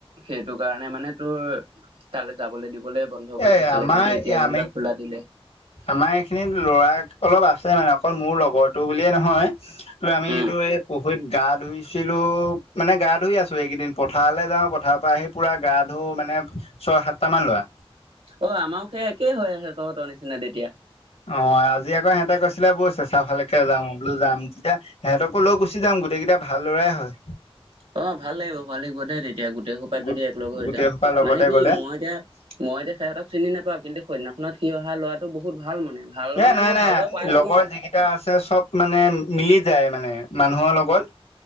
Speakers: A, on the right; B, on the left.
A: সেইটো কাৰণে মানে তোৰ তালৈ যাবলৈ দিবলৈ বন্ধ। বন্ধ কৰি
B: এ
A: থৈছিলে
B: আমাৰ
A: কিন্তু এতিয়া
B: এই আমি
A: যেনিবা খোলা দিলে।
B: আমাৰ এইখিনিত ল'ৰা অলপ আছে মানে অকল মোৰ লগৰটো বুলিয়ে নহয়। আমি
A: উম
B: এইটো এই। পুখুৰীত গা ধুইছিলো মানে গা ধুই আছো এইকেইদিন পথাৰলৈ যাওঁ পথাৰৰ পৰা আহি। পোৰা গা ধো মানে ছয় সাতটামান ল'ৰা।
A: অ, আমাৰো সেই একেই হৈ আছে তহঁতৰ নিচিনা তেতিয়া।
B: অ, আজি আকৌ সিহঁতে কৈছিলে বৈই চেঁচা ফালেকে যাও যাম বোলো যাম তেতিয়া। সিহঁতকো লৈ গুচি যাম গোটেইকেইটা ভাল লৰাই হয়।
A: অ, ভাল লাগিব ভাল লাগিব দে তেতিয়া গোটেই সোপা
B: গো
A: যদি একলগ হৈ
B: গোটেই
A: যাওঁ
B: সোপা লগতে
A: মানে কি
B: গ'লে
A: মই এতিয়া। মই এতিয়াসিহঁতক চিনি নাপাওঁ কিন্তু সেইদিনাখনত সি অহা ল'ৰাটো বহুত ভাল মানে। ভাল
B: এ,
A: মানে
B: নাই
A: মই
B: নাই
A: ভালদৰে পাইছো
B: লগৰ
A: ন
B: যিকেইটা আছে চব মানে মিলি যায় মানে মানুহৰ লগত।